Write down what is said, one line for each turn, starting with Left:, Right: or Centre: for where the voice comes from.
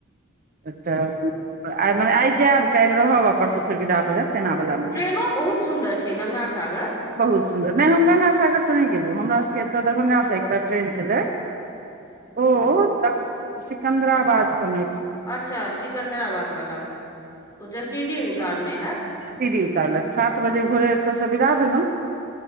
Right: अच्छा तऽ माने आय जायब काल्हि रहब परसू फेर विदा भऽ जायब तेना वाला मे
Left: ट्रेनो बहुत सुन्दर छै गंगा सागर
Right: बहुत सुन्दर नहि हम गगांसागर से नहि गेलौ हमरा सबके एतय दरभंगासँ एकटा ट्रेन छलै
Left: अच्छा
Right: ओ त सिकन्दराबाद को ने
Left: अच्छा सिकंदराबाद वाला ओ जयसीडी उतारने हेत
Right: सीडी उतारलक सात बजे भोरे एतऽ स बिदा भेलौ